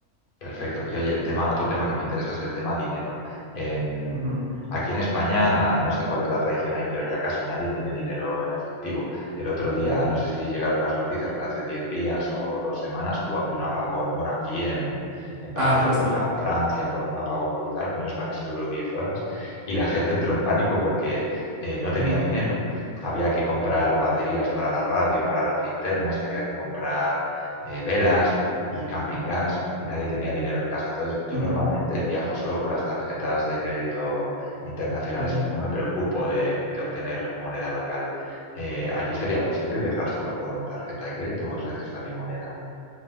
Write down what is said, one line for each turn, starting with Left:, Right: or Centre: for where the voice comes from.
Left: perfecto. Y oye, el tema, otro tema que me interesa es el tema dinero. Em,
Right: Ujú,
Left: aquí en España, no sé cuál es la tradición ahí, pero ya casi nadie tiene dinero en efectivo. El otro día,
Right: ujú.
Left: no sé si llegaron las noticias, pero hace 10 días o dos semanas hubo aquí un apagón. Bueno, aquí en, en parte
Right: Ah, justo.
Left: de Europa, en Francia, por un apagón brutal. Menos mal que eso duró 10 horas. Y la gente entró en pánico porque eh, no tenía
Right: Ujú,
Left: dinero. Había que comprar baterías para la radio y para las linternas y había que comprar eh, velas y camping gas y nadie tenía dinero en casa. Entonces, yo
Right: ujú,
Left: normalmente viajo solo con las tarjetas de crédito internacionales
Right: ujú.
Left: y no me preocupo de, de obtener moneda local. Eh, ¿allí sería posible viajar solo con tarjeta de crédito o es necesario moneda?